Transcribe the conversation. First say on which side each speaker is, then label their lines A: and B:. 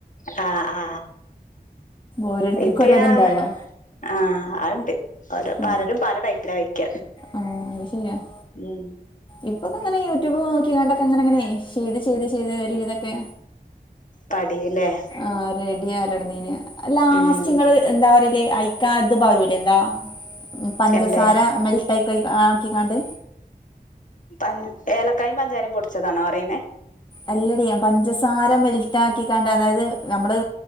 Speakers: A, on the left; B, on the left.
A: ആ ആ
B: ഓരോരുത്തർക്കും
A: ഇത്ഹാ
B: ഓരോ ഇതുണ്ടല്ലോ
A: ആ ആണ്ട് ഓരോ
B: ആ
A: പലരും പല ടൈപ്പിലാ വെക്ക.
B: ആ <unintelligible>
A: മ്
B: ഇപ്പൊക്കെ ഇങ്ങനെ യൂട്യൂബ് നോക്കിക്കാണ്ടൊക്കെ ഇങ്ങനെ ങ്ങ നെയെ ചെയ്ത് ചെയ്ത് ചെയ്ത് ഒര് വിദൊക്കെ
A: പടീല്ലേ
B: ആ റെഡി ആവലൊട്ന്നീനിം ലാസ്റ്റ്ങ്ങള്
A: ഉം
B: എന്താ പറയല് അയ്ക്കാത് പാരൂലേ എന്താ പഞ്ചസാര
A: എന്തേ
B: മേൽ തൈ കൈ ആക്കിക്കാണ്ട്.
A: പം ഏലക്കായും പഞ്ചാരിം പൊടിച്ചതാണോ പറയുന്നേ?
B: അല്ലടി പഞ്ചസാര മെൽറ്റ ആക്കിക്കാണ്ട് അതായത് ഞമ്മള്